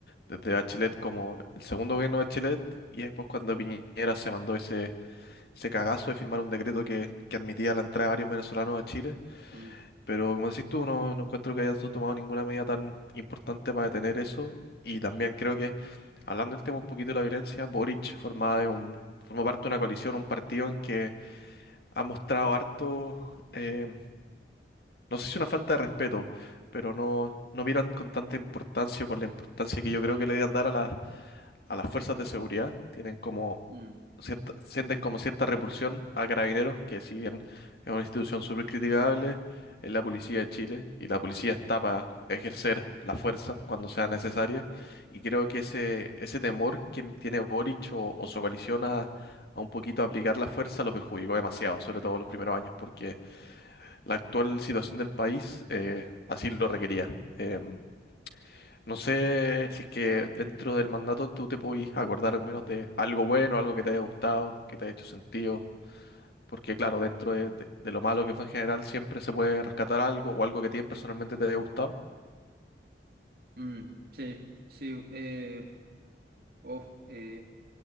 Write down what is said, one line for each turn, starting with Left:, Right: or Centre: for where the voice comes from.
Left: desde Bachelet como el segundo gobierno de Bachelet, y después cuando Piñera se mandó ese ese cagazo de firmar un decreto que, que admitía la entrada de varios venezolanos a Chile,
Right: mm,
Left: pero como decís tú, no, no encuentro que hayan tomado ninguna medida tan importante para detener eso. Y también creo que, hablando del tema un poquito de la violencia, Boric formada de un, forma parte de una coalición, un partido en que ha mostrado harto, eh, no sé si una falta de respeto, pero no, no miran con tanta importancia, con la importancia que yo creo que le debían dar a las a las fuerzas de seguridad, tienen como
Right: mm,
Left: cierta- sienten como cierta repulsión a Carabineros, que si bien es una institución súper criticable, es la policía de Chile y la policía está para ejercer la fuerza cuando sea necesaria. Y creo que ese, ese temor que tiene Boric o, o su coalición a, a un poquito aplicar la fuerza lo perjudicó demasiado, sobre todo los primeros años, porque la actual situación del país eh, así lo requería. Em, no sé si es que dentro del mandato tú te podís acordar al menos de algo bueno, algo que te haya gustado, que te haya hecho sentido, porque claro, dentro de, de- de lo malo que fue en general siempre se puede rescatar algo o algo que a ti personalmente te haya gustado.
Right: mm. sí, sí. eh, Uf, eh,